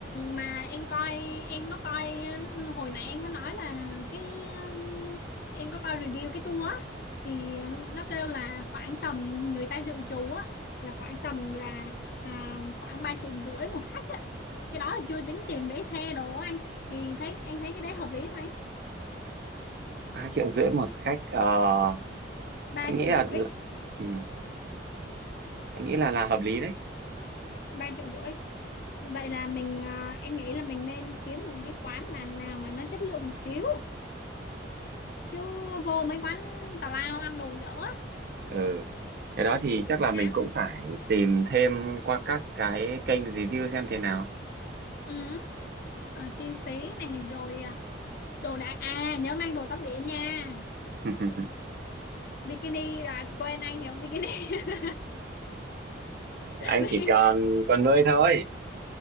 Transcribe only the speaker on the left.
mà em coi em có coi ờ, hồi nãy em có nói là cái um, em có coi review cái tour á thì nó kêu là khoảng tầm người ta dự trù á là khoảng tầm là à, khoảng ba triệu rưỡi một khách á cái đó là chưa tính tiền vé xe đồ á anh thì thấy anh thấy cái đấy hợp lý không anh
ba
triệu
rưỡi
ba triệu rưỡi vậy là mình à, em nghĩ là mình nên kiếm những cái quán mà nào mà nó chất lượng một xíu chứ vô mấy quán tào lao ăn đồ dở á,
liệu cũng
chán
ừ. Ờ, chi phí này rồi à, đồ đạc à nhớ mang đồ tắm biển nha
bikini là quên anh thì không bikini <laughs>
Vì-